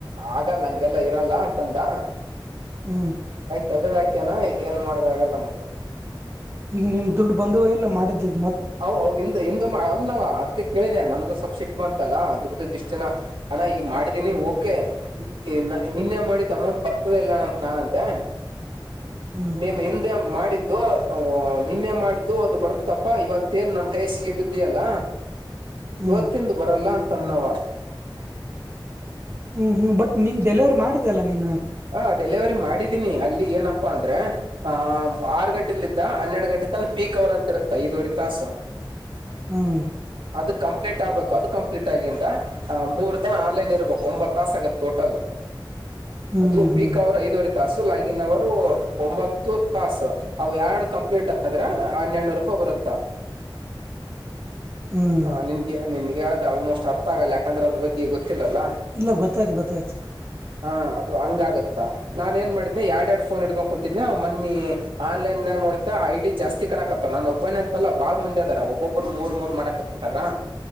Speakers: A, on the right (about 75°); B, on the right (about 30°).
A: ಆಗಲ್ಲ ಹಂಗೆಲ್ಲ ಇರಲ್ಲ ತಂದ <inaudible>
B: ಹ್ಮ್
A: ತೆಗದ ಹಾಕ್ಯನಾ ಏನ್ ಮಾಡದಾಗಲ್ಲ ಮತ್ತ
B: ಈಗ ನಿನ್ ದುಡ್ಡು ಬಂದುವ ಎಲ್ಲ ಮಾಡಿದ್ದ
A: ಹ ಹಿಂದ <unintelligible> ಅದಕ್ಕೆ ಕೇಳಿದೆ ನನಗ ಸಬ್ಸಿಡಿ ಬಂತಲ್ಲ ದುಡ್ಡ್ದ ದಿಷ್ಟಿನ ಹಣ ಈಗ ಮಾಡಿದಿನನಿ <unintelligible> ನಿನ್ನೆ ಮಾಡಿದ ಅಮೌಂಟ್ ಬರ್ತದೆ ಇಲ್ಲಂತ ನಾನಂದೆ
B: ಹ್ಮ್
A: ನೀನು ಹಿಂದೆ ಮಾಡಿದ್ದು ನಿನ್ನೆ ಮಾಡಿದ್ದು ಆದು ಬರುತ್ತಪ್ಪ ಇವತ್ತು <inaudible> ಏನ್ ನನ್ ಕೈಸಿಗೆ ಬಿದ್ದಿ ಅಲ್ಲ
B: ಹ್ಮ್
A: ಇವತ್ತಿಂದ ಬರಲ್ಲ ಅಂತ <inaudible> ತನ್ನವ <unintelligible>
B: ಹ್ಮ್ ಹ್ಮ್ ಬಟ್ ನಿಮ ಡೆಲಿವರಿ ಮಾಡಿದೆ ಅಲ್ಲ ನೀನು
A: ಹ ಡೆಲಿವರಿ ಮಾಡಿದೀನಿ ಅಲ್ಲಿ ಏನಪ್ಪಾ ಅಂದ್ರೆ ಆ ಆರು ಗಂಟೆಲಿದ್ದ ಹನ್ನೆರಡು ಎರಡು ಗಂಟೆ ತಾನ ಪೀಕ್ ಅವರ ಅಂತಿರುತ್ತ ಇದುವರಿ ತಾಸ
B: ಹ್ಮ್
A: ಅದು ಕಂಪ್ಲೀಟ್ ಆಗ್ಬೇಕು ಅದು ಕಂಪ್ಲೀಟ್ ಆಗಂದ ಮೂರ್ ತನ ಆನ್ಲೈನ್ ಇರಬೇಕು ಒಂಬತ್ ತಾಸ ಆಗೆ ಟೋಟಲ್
B: ಹ್ಮ್
A: ಅದು
B: ಹ್ಮ್
A: ಪೀಕ್ ಅವ್ರ ಐದುವರೆ ತಾಸು ಲಾಗಿನ್ ಅವರು ಒಂಬತ್ತು ತಾಸು ಅ ಎರಡು ಕಂಪ್ಲೀಟ್ ಆದ್ರ ಹನ್ನೆನೂರು ರೂಪಾಯಿ ಬರುತ್ತೆ
B: ಹ್ಮ್
A: ಹಾ ನಿನ್ಗೆ ನಿನ್ಗೆ ಹೇಳ್ದೆ ಆಲ್ಮೋಸ್ಟ್ ಅರ್ಥ ಆಗಲ್ಲ ಯಾಕಂದ್ರೆ ಅದ್ರ ಬಗ್ಗೆ ಗೊ ಗೊತ್ತಿಲ್ಲ
B: ಇಲ್ಲ ಗೊತ್ತಾಯ್ತು ಗೊತ್ತಾಯ್ತು
A: ಹಾ ಹಂಗಗತ್ತಾ ನಾನನ್ ಏನ್ ಮಾಡಿದ್ದನನೆ ಎರಡ್ ಎರಡ್ ಫೋನ್ ಹಿಡ್ಕೊಂಡು ಕುಂತಿದ್ನೆ ಅವ್ ಮನ್ನಿ ಆನ್ಲೈನ್ ನಾಗ ನೋಡ್ತಾ ಐಡಿ ಜಾಸ್ತಿ ಕಾಣಕತ್ತತ ನಾನ್ ಒಬ್ಬನ ಅಂತಲ್ಲ ಬಾಳ್ ಮಂದಿದಾರ ಒಬ್ಬೊಬ್ಬರು ಮೂರ್ ಮೂರ್ ಮಾಡಕತ್ಬ ಬಿಟಾರ